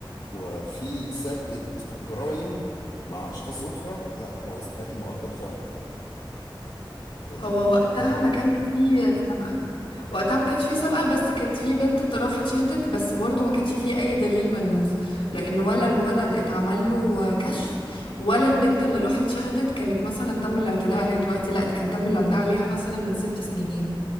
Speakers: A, on the left; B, on the left.
A: وفي سابقة جرائم مع أشخاص أخرى لا هو يستحق المؤبد فعلا لأن
B: هو
A: ما كانش
B: وقتها
A: إعدام
B: ما
A: بقى
B: كانش فيه سابقة وقتها ما كانش فيه سابقة بس كانت فيه بنت راحت شهدت بس برضه ما كانش فيه أي دليل ملموس لأن ولا الولد اتعمل له كشف ولا البنت اللي راحت شهدت كانت مثلا تم الاعتداء عليها دلوقتي لا دي كان تم الاعتداء عليها مثلا من ست سنين